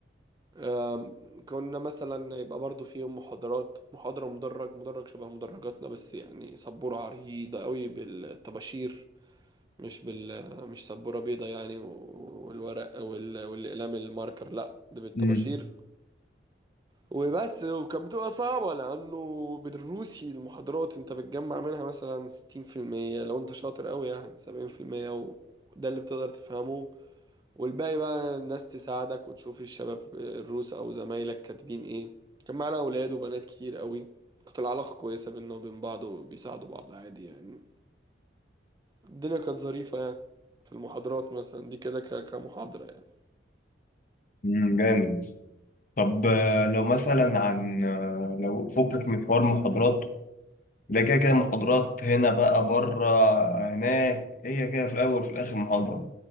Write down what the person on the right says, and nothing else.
آم، كنا مثلا يبقى برضو فيهم محاضرات محاضرة مدرج مدرج شبه مدرجاتنا بس يعني سبورة عريضة قوي بالطباشير مش بال مش سبورة بيضة يعني و- والورق وال... والأقلام الماركر لا ده بالطباشير
وبس وكانت بتبقى صعبة لأنه بالروسي المحاضرات أنت بتجمع منها مثلا ستين في المية لو أنت شاطر قوي يعني سبعين في المية وده اللي بتقدر تفهمه والباقي بقى الناس تساعدك وتشوف الشباب الروس او زمايلك كاتبين ايه كان معانا اولاد وبنات كتير قوي كانت العلاقة كويسة بينا وبين بعض وبيساعدوا بعض عادي يعني الدنيا كانت ظريفة يعني في المحاضرات مثلا دي كده ك- كمحاضرة يعني